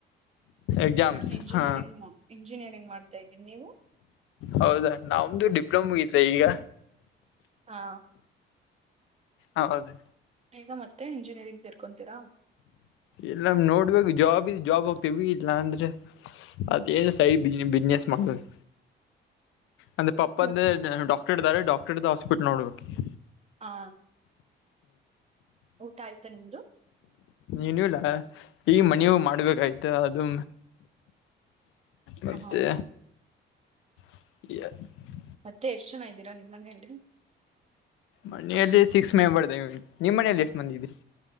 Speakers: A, on the left (about 85°); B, on the right (about 30°).
A: ಎಕ್ಸಾಮ್ಸ್
B: ನಾನ್ ಇಂಜಿನಿಯರಿಂಗ್
A: ಹಾ
B: ಇಂಜಿನಿಯರಿಂಗ್ ಮಾಡ್ತಾ ಇದ್ದೀನಿ ನೀವು
A: ಹೌದಾ ನಮ್ದು ಡಿಪ್ಲೊಮ್ ಮುಗಿತೇ ಈಗ
B: ಹಾ
A: ಹೌದು
B: ಈಗ ಮತ್ತೆ ಇಂಜಿನಿಯರಿಂಗ್ ಸೇರ್ಕೊಂತೀರಾ
A: ಇಲ್ಲ ನೋಡ್ಬೇಕು ಜಾಬ್ ಇದೆ ಜಾಬ್ ಹೋಗ್ತೇವಿ ಇಲ್ಲಾ ಅಂದ್ರೆ <unintelligible> ಬಿಜನೆಸ್ ಮಾಡ್ಬೇಕ್ ನಂದ್ ಪಪ್ಪಂದ
B: ಮತ್
A: ಡಾಕ್ಟರ್ ಇದ್ದಾರೆ ಡಾಕ್ಟರ್ದ್ ಹಾಸ್ಪಿಟ್ಲ್ ನೋಡ್ಬೇಕು ಈಗ
B: ಹಾ ಊಟ ಆಯ್ತಾ ನಿಮ್ದು
A: ಇನ್ನು ಇಲ್ಲ ಈಗ ಮನಿಗ್ ಮಾಡ್ಬೇಕಾಯ್ತ ಅದು ಮತ್ತೆ
B: ಹ
A: <unintelligible>
B: ಮತ್ತೆ ಎಷ್ಟ್ ಜನ ಇದ್ದೀರಾ ನಿಮ್ ಮನೆಯಲ್ಲಿ
A: ಮನೆಯಲ್ಲಿ ಸಿಕ್ಸ್ ಮೆಂಬರ್ ದೇವಿ ನಿಮ್ ಮನೇಲಿ ಎಷ್ಟ್ ಮಂದಿ ಇದಿರಿ